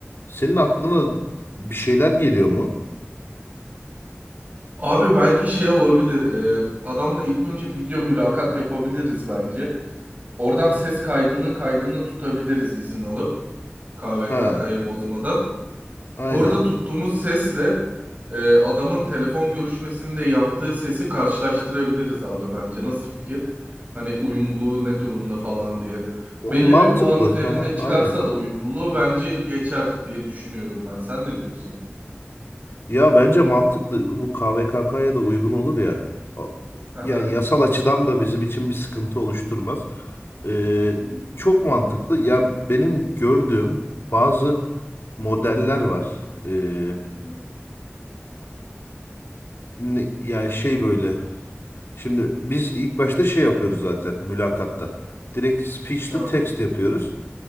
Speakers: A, on the left; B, on the right.
A: Senin aklına bir şeyler geliyor mu?
B: Abi belki şey olabilir. e, adamla ilk önce video mülakat yapabiliriz bence. Oradan ses kaydının kaydını tutabiliriz izin alıp KVKK'yı
A: Ha
B: bozmadan.
A: aynen.
B: Orada tuttuğumuz sesle e, adamın telefon görüşmesinde yaptığı sesi karşılaştırabiliriz abi bence. Nasıl fikir? Hani uyumluluğu ne durumda falan diye.
A: O
B: Belli
A: mantıklı.
B: bir puan üzerinde
A: <laughs> ha hı,
B: çıkarsa
A: Aynen.
B: da uyumluluğu bence geçer diye düşünüyorum ben. Sen ne diyorsun?
A: Ya bence mantıklı bu KVKK'ya da uygun olur ya. O-
B: Aha.
A: Yani yasal açıdan da bizim için bir sıkıntı oluşturmaz. Ee,
B: Hı hı.
A: çok mantıklı. Ya benim gördüğüm bazı modeller var. Ee,
B: Hı hı.
A: ne- yani şey böyle. Şimdi biz ilk başta şey yapıyoruz zaten mülakatta. Direkt speech
B: Ne
A: to
B: yapıyorsun?
A: text yapıyoruz.